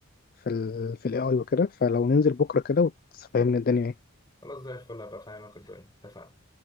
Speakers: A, on the left; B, on the left.
A: في ال في الاي اي وكده فلو ننزل بكره كده وتفهمني الدنيا ايه
B: خلاص زي الفل هبقى فاهمك الدنيا اتفقنا